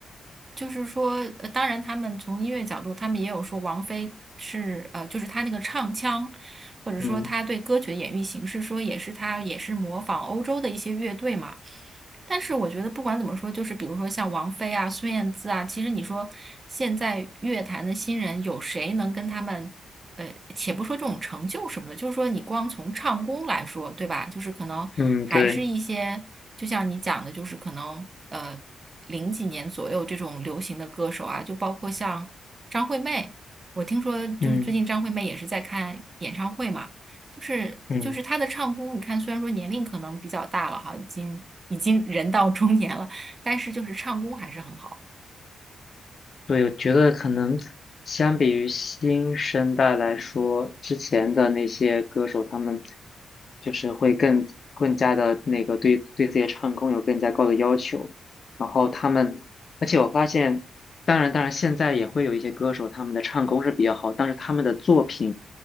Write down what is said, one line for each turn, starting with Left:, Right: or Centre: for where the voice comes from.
Right: 就是说，呃，当然他们从音乐角度，他们也有说王菲是呃，就是她那个唱腔，或者说她对歌曲的演绎形式，
Left: 嗯
Right: 说也是她也是模仿欧洲的一些乐队嘛。但是我觉得不管怎么说，就是比如说像王菲啊、孙燕姿啊，其实你说现在乐坛的新人有谁能跟他们？呃，且不说这种成就什么的，就是说你光从唱功来说，对吧？就是可能还是一些，
Left: 嗯，对，
Right: 就像你讲的，就是可能呃零几年左右这种流行的歌手啊，就包括像张惠妹，我听说就是最近张惠妹也是在看演唱会嘛，
Left: 嗯
Right: 就是就是她的唱功，
Left: 嗯。
Right: 你看虽然说年龄可能比较大了哈，已经已经人到中年了，但是就是唱功还是很好
Left: 对，我觉得可能相比于新生代来说，之前的那些歌手，他们就是会更更加的那个对对自己的唱功有更加高的要求。然后他们，而且我发现，当然当然，现在也会有一些歌手，他们的唱功是比较好，但是他们的作品，